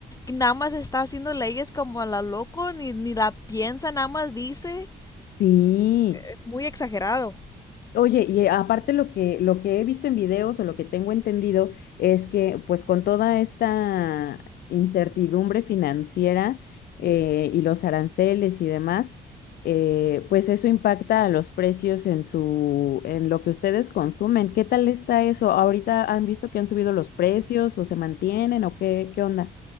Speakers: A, on the left; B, on the left.
A: nada más está haciendo leyes como a la loco, ni, ni la piensa, nada más dice.
B: Sí,
A: Es muy exagerado.
B: Oye, y eh, aparte lo que, lo que he visto en videos o lo que tengo entendido es que pues con toda esta incertidumbre financiera eh,
A: Sí.
B: y los aranceles y demás, eh, pues eso impacta a los precios en su, en lo que ustedes consumen. ¿Qué tal está eso? ¿Ahorita han visto que han subido los precios o se mantienen o qué, qué onda?